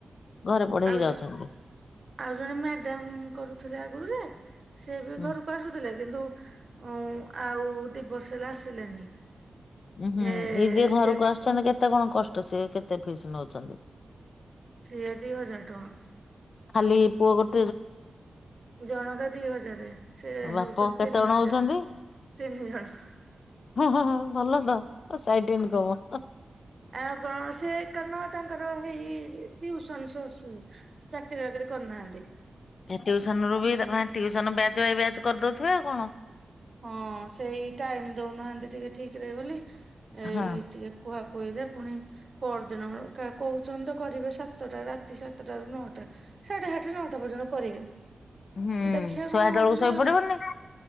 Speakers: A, on the left (about 65°); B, on the right (about 40°).
A: ଘରେ ପଢେଇକି
B: ଆଉ
A: ଯାଉଛନ୍ତି।
B: ଯୋ ଆଉ ଜଣେ ମ୍ୟାଡାମ୍ କରୁଥିଲେ ଆଗରୁ ଯେ ସେ ବି
A: ହୁଁ
B: ଘରୁ କୁ ଆସୁଥିଲେ କିନ୍ତୁ ଉଁ ଉଁ ଆଉ ଦି ବର୍ଷ ହେଲା ଆସିଲେନି।
A: ଉ ହୁଁ
B: ଯେ
A: ଇଏ ଯିଏ ଘରକୁ
B: ସେ
A: ଆସୁଛନ୍ତି କେତେ କଣ କଷ୍ଟ ସିଏ କେତେ ଫିସ୍ ନଉଛନ୍ତି?
B: ସିଏ ଦି ହଜାର ଟଙ୍କା।
A: ଖାଲି ପୁଅ ଗୋଟ
B: ଜଣକା ଦି ହଜାରେ ସେ
A: ବାପ
B: ହଉଚନ୍ତି
A: କେତେ
B: ତିନି
A: ଜଣ
B: ହଜାର
A: ହଉଛନ୍ତି
B: ତିନି ଜଣ।
A: ହଁ ହଁ ହଁ ଭଲ ତ ସାଇଟି ଇନ୍କମ ହଁ।
B: ଆଉ କଣ ସିଏ କାରଣ ତାଙ୍କର ହେଇ ଟିଉସନ ସୋର୍ସ ହି ଚାକିରି ବାକିରି କରିନାହାନ୍ତି।
A: ଟିଉସନ ରୁ ବି ତାକୁ ଆନ ଟିଉସନ ବ୍ୟାଚ ବାଇ ବ୍ୟାଚ କରିଦଉଥିବେ ଆଉ କଣ।
B: ହଁ ସେଇ ଟାଇମ ଦଉନାହାନ୍ତି ଟିକେ ଠିକ୍ ରେ ବୋଲି ଏଇ
A: ହଁ
B: ଟିକେ କୁହା କୁହିରେ ଫୁଣି ପରଦିନ କଣ କା କହୁଚନ୍ତି ତ କରିବେ ସାତଟା ରାତି ସାତଟ ରୁ ନଅଟା। ସାଢେଆଠେ ନଅଟା ପର୍ଯ୍ୟନ୍ତ କରିବେ
A: ହୁଁ
B: ଦେଖିଆ
A: ଛୁଆ
B: କଣ
A: ହେତେବେଳକୁ
B: ହଉଚି
A: ଶୋଇପଡିବନି
B: ନହେଲେ ନାଇଁ